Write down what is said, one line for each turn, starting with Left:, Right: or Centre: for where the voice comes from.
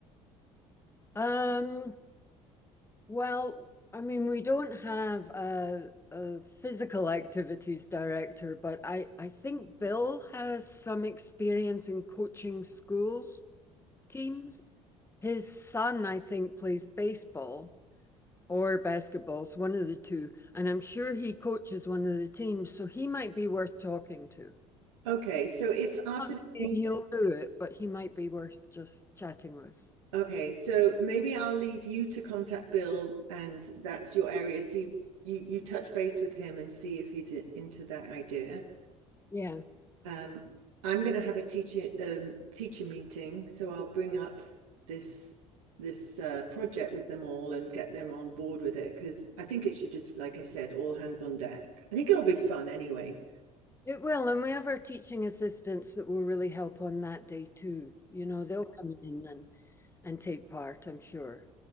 Left: Um, well, I mean, we don't have a, a physical activities director, but I, I think Bill has some experience in coaching school teams. His son, I think, plays baseball or basketball, so one of the two, and I'm sure he coaches one of the teams, so he might be worth talking to.
Right: Okay, so if after
Left: not
Right: this
Left: saying
Right: meet,
Left: he'll do it, but he might be worth just chatting with.
Right: okay, so maybe I'll leave you to contact Bill, and that's your area. See, you you touch base with him and see if he's i- into that idea.
Left: Yeah,
Right: Um, I'm going to have a teacher um, teacher meeting, so I'll bring up this this uh, project with them all and get them on board with it because I think it should just, like I said, all hands on deck. I think it'll be fun anyway.
Left: it will. And we have our teaching assistants that will really help on that day too. You know, they'll come in and, and take part, I'm sure.